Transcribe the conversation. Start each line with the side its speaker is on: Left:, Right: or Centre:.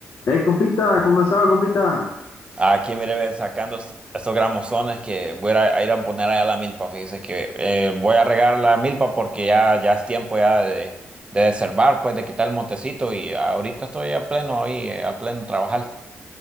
Left: Eh, compita, ¿cómo ha estado, compita?
Right: Aquí, mire, ve, sacando est- estos gramozones que voy a, a ir a poner allá a la milpa. Fíjese que eh, voy a regar la milpa porque ya, ya es tiempo ya de, de desherbar, pues de quitar el montecito y ahorita estoy a pleno ahí, eh, a pleno trabajar.